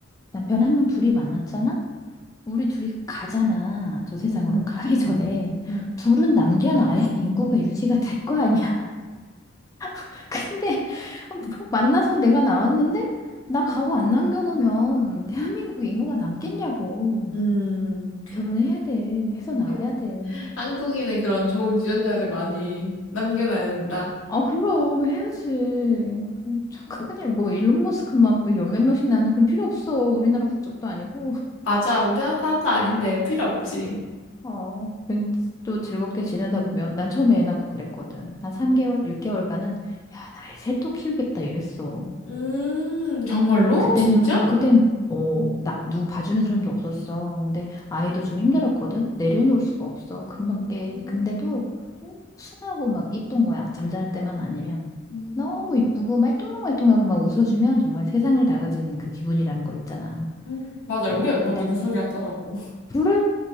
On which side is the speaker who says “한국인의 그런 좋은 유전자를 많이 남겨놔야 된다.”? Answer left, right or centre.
Left